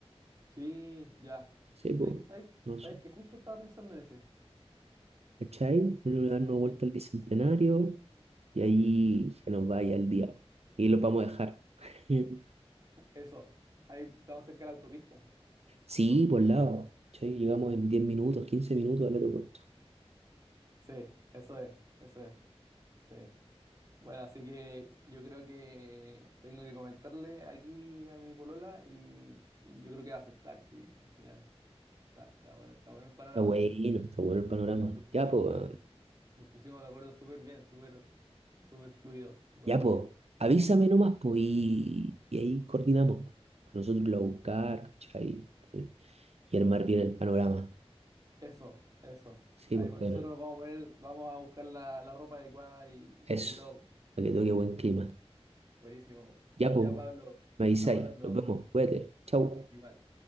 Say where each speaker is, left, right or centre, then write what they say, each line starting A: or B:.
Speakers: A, on the right; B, on the right.
A: Sí, ya.
B: Sí, pues,
A: ¿Sabes, sabes,
B: no
A: sabes
B: sé.
A: que justo estaba pensando en ese?
B: ¿Cachai? Vamos a darnos vuelta
A: Sí.
B: al Bicentenario y ahí se nos vaya el día. Y lo vamos a dejar. <laughs>
A: Eso. Ahí estamos cerca de la autopista.
B: Sí, por lado. ¿Cachai? Llegamos en 10 minutos, 15 minutos al aeropuerto.
A: Sí, eso es, eso es. Sí. Bueno, así que yo creo que tengo que comentarle aquí a mi polola y, y yo creo que va a aceptar, sí, al final. Está, está bueno, está bueno el panorama.
B: Está bueno, está bueno el panorama.
A: Nos pusimos,
B: Ya, pues,
A: nos pus- nos pusimos de acuerdo súper bien, súper, súper fluido, súper
B: ya,
A: rápido.
B: pues, avísame nomás, pues, y, y ahí coordinamos. Para nosotros irlo a buscar, ¿cachai? Eh, Y armar bien el panorama.
A: Eso, eso.
B: Sí,
A: Ahí
B: pues,
A: va-
B: bacana.
A: nosotros nos vamos a poner, vamos a buscar la, la ropa adecuada y,
B: Eso,
A: y todo.
B: para que toque buen clima.
A: Buenísimo.
B: Ya, pues,
A: Ya, Pablo,
B: me avisáis.
A: estamos hablando
B: Nos vemos, cuídate. Chau.
A: igual.